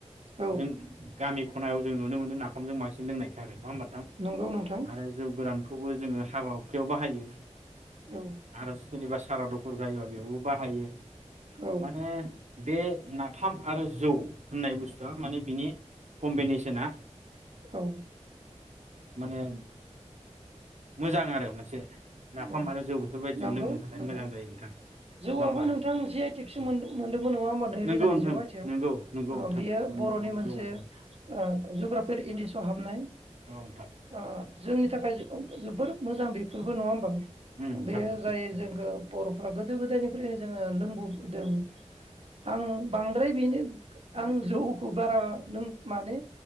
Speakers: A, on the right (about 55°); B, on the right (about 75°).
A: औ
B: जों गामि खनायाव जों नुनो मोनो नाफामजों बांसिन लोंनायखो आरो नङा होमबा नोंथां
A: नंगौ नोंथां
B: आरो जौ गोरानखौबो जोङो हाबा हुखायाव बाहायो
A: औ
B: आरो सोरनिबा सारादुखुर जायोबा बेयावबो बाहायो
A: औ
B: माने बे <unintelligible> फाम आरो जौ होननाय बुस्थुआ माने बिनि कम्बेनिसना
A: औ
B: माने मोजां आरो मोनसे नाफाम
A: औ
B: आरो जौ बेफोरबायदिजों
A: नंगौ
B: लोंनो थाखाय
A: नंगौ
B: मोजां जायो नोंथां नङा
A: जौआबो
B: होमबा
A: नोंथां जि आइ टेकसो
B: औ
A: मोनदोंमोन नङा होमबा नैरोजा
B: नंगौ नोंथां
A: नैजिबा मायथाइयाव।
B: नंगौ नंगौ नोंथां
A: बेयो
B: जोंनि
A: बरनि
B: बर'
A: मोनसे
B: जिउआवबो
A: ओ जुग्राफार इन्दिस हाबनाय
B: औ नोंथां
A: अ जोंनि थाखाय जोबोर मोजां बे फोरबो नङा होमबा
B: उम नोंथां
A: बेयो जाय
B: उम
A: जोंखो बर गोदो गोदायनिफ्रायनो जोङो लोंबोदों आं बांद्राय बिनो आं जौखौ बारा लों माने